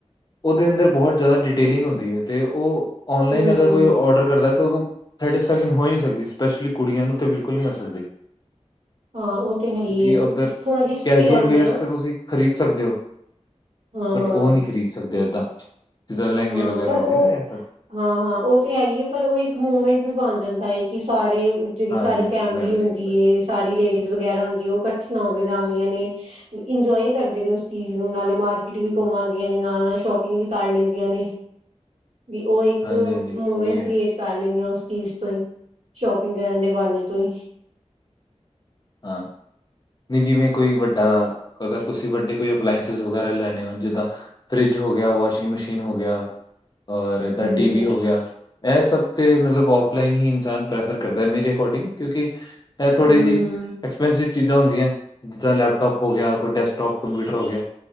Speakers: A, on the left; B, on the right.
A: ਉਹਦੇ ਅੰਦਰ ਬਹੁਤ ਜ਼ਿਆਦਾ ਡਿਟੇਲਿੰਗ ਹੁੰਦੀ ਹੈ ਤੇ ਉਹ ਔਨਲਾਈਨ
B: ਹਮ
A: ਅਗਰ ਕੋਈ ਆਰਡਰ ਕਰਦਾ। ਸੈਟਿਸਫੈਕਸ਼ਨ ਹੋ ਹੀ ਨਹੀਂ ਸਕਦੀ ਸਪੈਸ਼ਲੀ ਕੁੜੀਆਂ ਨੂੰ ਬਿਲਕੁਲ ਨਹੀਂ ਹੋ ਸਕਦੀ। ਕਿਉਂਕਿ
B: ਹਾਂ ਉਹ ਤੇ ਹੈ ਹੀ ਏ।
A: ਉੱਧਰ
B: ਥੋੜਾ ਰਿਸਕ
A: ਕੈਜੂਅਲ
B: ਵੀ ਰਹਿੰਦਾ
A: ਵੇਅਰਸ
B: ਨਾ
A: ਤਾਂ ਤੁਸੀਂ ਖਰੀਦ ਸਕਦੇ ਹੋ।
B: ਹਾਂ
A: ਬਟ
B: ਹਾਂ
A: ਉਹ ਨਹੀਂ ਖ਼ਰੀਦ ਸਕਦੇ ਏਦਾਂ। ਜਿੱਦਾਂ ਲਹਿੰਗੇ
B: ਹਾਂ
A: ਵਗੈਰਾ
B: ਪਰ
A: ਹੋ
B: ਉਹ
A: ਗਏ ਨਾ ਇਹ ਸਭ,
B: ਹਾਂ ਹਾਂ ਉਹ ਤੇ ਹੈ ਹੀ ਹੈ ਪਰ ਉਹ ਇੱਕ ਮੂਮੈਂਟ ਵੀ ਬਣ ਜਾਂਦਾ ਹੈ। ਕਿ ਸਾਰੇ ਜਿਹੜੀ
A: ਹਾਂਜੀ-ਹਾਂਜੀ,
B: ਸਾਰੀ ਫੈਮਿਲੀ
A: ਮੈਮਰੀ
B: ਹੁੰਦੀ
A: ਦੀ ਗੱਲ,
B: ਏ ਸਾਰੀ ਲੇਡੀਜ਼ ਵਗੈਰਾ ਹੁੰਦੀ ਹੈ ਉਹ ਕ। ਠੀਆਂ ਹੋ ਕੇ ਜਾਂਦੀਆਂ ਨੇ। ਇੰਜੋਏ ਕਰਦੇ ਨੇ ਉਸ ਚੀਜ਼ ਨੂੰ ਨਾਲੇ। ਮਾਰਕੀਟ
A: ਹੂੰ।
B: ਵੀ ਘੁੰਮ ਆਉਂਦੀਆਂ ਨੇ ਨਾਲ ਨਾਲ ਸ਼ੋਪਿੰਗ ਵੀ ਕਰ ਲੈਂਦੀਆਂ ਨੇ। ਵੀ ਉਹ ਇੱਕ
A: ਹਾਂਜੀ, ਹਾਂਜੀ
B: ਮੂਮੈਂਟ
A: ਉਹ ਵੀ
B: ਕ੍ਰੀਏਟ
A: ਹੈ
B: ਕਰ ਲੈਂਦੇ ਆ ਉਸ। ਚੀਜ਼ ਤੋਂ ਹੀ ਸ਼ੋਪਿੰਗ ਕਰਨ ਦੇ ਬਾਨੇ ਤੋਂ ਹੀ।
A: ਹਾਂ। ਨੀ ਜਿਵੇਂ ਕੋਈ ਵੱਡਾ ਅਗਰ ਤੁਸੀਂ ਵੱਡੇ ਕੋਈ ਅਪਲਾਈਸ ਵਗੈਰਾ ਲੈਣੇ ਹੋ ਜਿੱਦਾਂ ਫਰਿੱਜ। ਜੋ ਗਿਆ ਵਾਸ਼ਿੰਗ ਮਸ਼ੀਨ ਹੋ ਗਿਆ ਔਰ ਏਦਾਂ
B: ਹਾਂਜੀ
A: ਟੀ ਵੀ ਹੋ ਗਿਆ ਇਹ ਸਭ। ਤੇ ਮਤਲਬ ਉਫਲਾਈਨ ਹੀ ਇਨਸਾਨ ਪ੍ਰੈਫਰ ਕਰਦਾ ਮੇਰੇ ਅਕੋਰਡਿੰਗ ਕਿਉਂਕਿ ਇਹ ਥੋੜ੍ਹੀ
B: ਹੂੰ-ਹੂੰ
A: ਜਿਹੀ। ਐਕਸਪੈਂਸਿਵ ਚੀਜ਼ਾਂ ਹੁੰਦੀਆਂ ਜਿੱਦਾਂ ਲੈਪਟੋਪ ਹੋ ਗਿਆ ਕੋਈ ਡੈਸਕਟੋਪ ਕੰਪਿਊਟਰ ਹੋ ਗਿਆ।